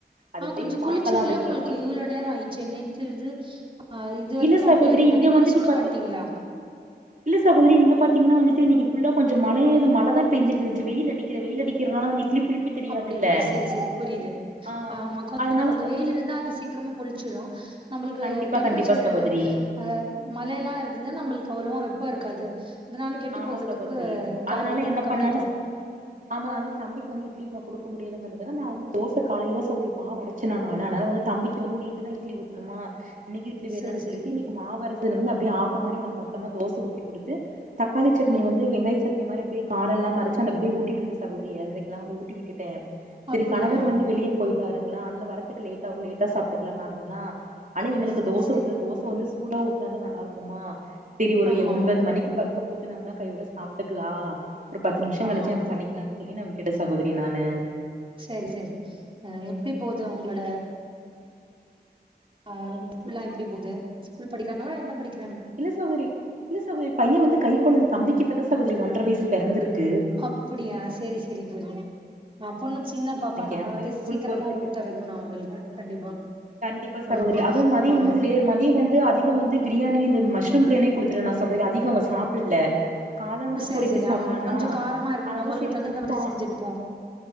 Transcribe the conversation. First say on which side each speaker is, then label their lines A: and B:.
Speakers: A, on the right; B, on the right.
A: அது
B: ஆ
A: அப்டியே
B: கொஞ்ச புளிச்சுல்லா
A: பாக்கலா அப்டி
B: உங்களுக்கு
A: பாத்து
B: இவ்ளோ நேர ஆயிடுச்சு நேத்துது ஆ இது வரக்கு
A: இல்ல சகோதரி
B: அப்டியே இருந்தா
A: இங்க
B: நீ கொஞ்ச
A: வந்துட்டு
B: சூடு
A: பாத்து
B: பண்ட்டீங்ளா
A: இல்ல சகோதரி இங்க பாத்தீங்னா வந்துட்டு இன்னக்கி புல்லா கொஞ்ச மழையே தா மழ தா பெஞ்சிட்டுருந்துச்சு வெயிலடிக்கல வெயில் அடிக்கிறனால வந்து இட்லி புளிப்பு தெரியாதுல்ல
B: அப்டி அப்டி சேரி சேரி புரியுது
A: ஆ
B: ஆமா கொஞ்ச
A: அதனால
B: நம்மளுக்கு
A: ச-
B: வெயில் இருந்தா அது சீக்கிரமா புளிச்சுடு நம்பளுக்கு
A: கண்டிப்பா
B: டெம்பரேச்சர்
A: கண்டிப்பா சகோதரி
B: அ மழையெல்லா இருந்துது நம்பளுக்கு அவ்ளவா ப்ப இருக்காது இதனால கெட்டு
A: ஆமா
B: போகுறதுக்கு
A: சகோதரி அதனால
B: இது
A: என்ன
B: கம்மிதா
A: பண்ணலான்னு ஆமா ஆனால தம்பிக்கு வந்து இட்லி உப்மா கொடுக்க முடியதுங்கிறதுத நா வந்து தோச காலையில தா சகோதரி மாவு அரச்சு நானு ஆனா அனால வந் தம்பிக்கு வந்து நேத்துதா இட்லி ஊத்துணுமா இன்னைக்கு இட்லி வேணானு
B: செரி செரி
A: சொல்லிட்டு இன்னைக்கு மாவு அரச்சதுல வந்து அப்டியே ஆப்ப மாரி உனக்கு மொத்தமா தோசை ஊத்தி குடுத்து தக்காளி சட்னி
B: ம்
A: வந்து வெங்காய சட்னி மாரி எ கார இல்லாம அரச்சு அந்த அப்டியே ஊட்டி விட்டுட்டு சகோதரி ஏழ்றைகெலா வந்து ஊட்டி விட்டுடே
B: அப்படியா
A: தேரி கணவர் வந்து வெளிய போயிட்டாருங்ளா அதனால வரத்துக்கு லேட் ஆகு லேட்டா சாப்ட்டுக்கலாநாருங்ளா ஆல எங்களுக்கு
B: செரி
A: தோச
B: செரி
A: ஊத்துற தோச வந்து சூடா ஊத்துனாதா நல்லாருக்குமா தேரி ஒரு
B: ஆமா
A: ஒன்பது
B: ஆமா
A: மணிக்கு ப ம்னா கையோட சாப்ட்டுக்லா ஒரு பத்து நிமிஷ
B: ஆமா
A: கழிச்சு
B: ஆமா
A: நம் பண்ணிக்கலானு சொல்லி நா விட்டுட்ட சகோதரி நானு
B: சேரி சேரி அ எப்டி போவுது உங்களோட ஆ ஸ்கூல்லா எப்டி போகுது ஸ்கூல் படிக்கிறாங்களா என்ன படிக்
A: இல்ல சகோரி இல்ல சகோதரி பைய வந்து கை கொழந்த தம்பிக்கு இப்பதா ஸ் சகோதரி ஒன்ற வயசு பிறந்திருக்கு
B: அப்படியா செரி செரி தோழி அப்பன்னா சின்ன பாப்பா நம்ம
A: எ
B: வந்து
A: பைய ஸ்கூல்
B: சீக்கிரமா
A: போறதுக்கு
B: ஊட்ட வக்கணு அவுங்களுக்கு கண்டிப்பா
A: கண்டிப்பா சகோதரி
B: ஆமா
A: அதுவு மதிய
B: ஆமா
A: வந்து லேர் மதிய வந்து அதிக வந்து பிரியாணி இந்த மஷ்ரூம் பிரியாணியே குடுத்துறு நா ஸ் அதிக அவ சாப்புல்ல காளானதா
B: ப சேரி
A: பொறுக்கி
B: சேரி
A: சாப்ட்டானா
B: ஆமா கொஞ்ச காரமா இருக்கு
A: அதனால
B: நம்மளுக்கு
A: செரி
B: தகுந்த
A: இந்த
B: மாதிரி
A: பா
B: செஞ்சிருப்போ